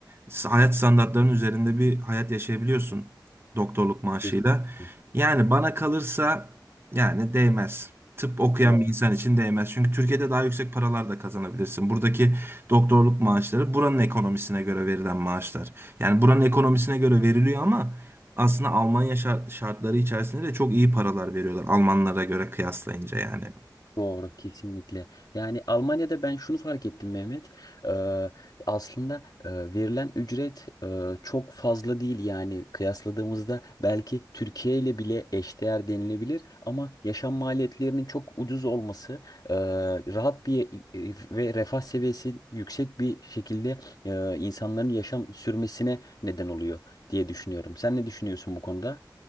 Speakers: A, on the right (about 30°); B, on the left (about 60°).
A: s- Hayat standartlarının üzerinde bir hayat yaşayabiliyorsun doktorluk maaşıyla.
B: Kesinlikle.
A: Yani bana kalırsa yani değmez. Tıp okuyan
B: Doğru.
A: bir insan için değmez. Çünkü Türkiye'de daha yüksek paralar da kazanabilirsin. Buradaki Doktorluk maaşları buranın ekonomisine göre verilen maaşlar. Yani buranın ekonomisine göre veriliyor ama aslında Almanya şart- şartları içerisinde de çok iyi paralar veriyorlar Almanlara göre kıyaslayınca yani.
B: Doğru kesinlikle. Yani Almanya'da ben şunu fark ettim Mehmet. Eee, aslında eee, verilen ücret eee, çok fazla değil yani kıyasladığımızda belki Türkiye ile bile eşdeğer denilebilir ama yaşam maliyetlerinin çok ucuz olması, eee, rahat bir e, ve refah seviyesi yüksek bir şekilde eee, insanların yaşam sürmesine neden oluyor diye düşünüyorum. Sen ne düşünüyorsun bu konuda?